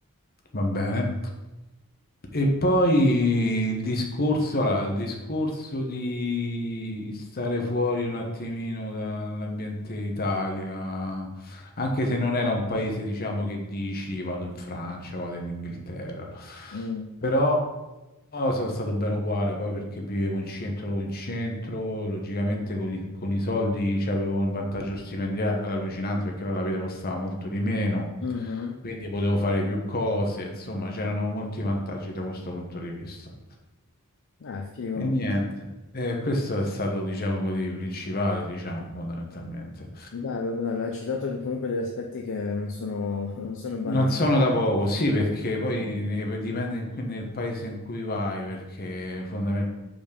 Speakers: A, on the left (about 45°); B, on the left (about 60°).
A: va bene. E poi il discorso, allora, il discorso di stare fuori un attimino dall'ambiente Italia, anche se non era un paese, diciamo, che dici vado in Francia, vado in Inghilterra,
B: mm,
A: però. No, sono stato bene uguale, poi perché vivevo in centro, in centro, logicamente con i, con i soldi cioè, avevo un vantaggio stipendiale allucinante perché là la vita costava molto di meno,
B: mhm.
A: quindi potevo fare più cose, insomma c'erano molti vantaggi da questo punto di vista.
B: Ah, figo.
A: E niente, eh, questo è stato diciamo il motivo principale, diciamo, fondamentalmente.
B: Bello, bello. Hai citato comunque degli aspetti che non sono, non sono banali.
A: Non sono da poco, sì,
B: Ah,
A: perché poi ne- dipende in cui- nel paese in cui vai, perché fondamentalmente